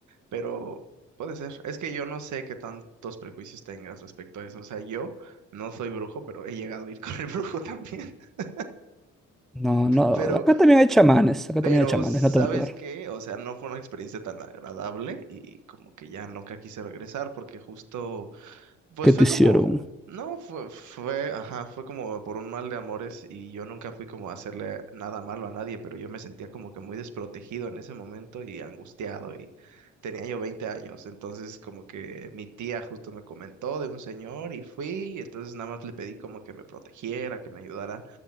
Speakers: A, on the right; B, in the centre.
A: pero puede ser. Es que yo no sé qué tantos prejuicios tengas respecto a eso. O sea, yo no soy brujo, pero he llegado a ir con el brujo también. <laughs>
B: No, no,
A: Pero
B: acá también hay chamanes, acá
A: Pero,
B: también hay chamanes,
A: ¿sabes
B: no te van a ayudar.
A: qué? O sea, no fue una experiencia tan agradable y como que ya nunca quise regresar porque justo pues
B: ¿Qué te
A: fue
B: hicieron?
A: como, no, fue, fue, ajá, fue como por un mal de amores y yo nunca fui como a hacerle nada malo a nadie, pero yo me sentía como que muy desprotegido en ese momento y angustiado y tenía yo 20 años, entonces como que mi tía justo me comentó de un señor y fui, y entonces nada más le pedí como que me protegiera, que me ayudara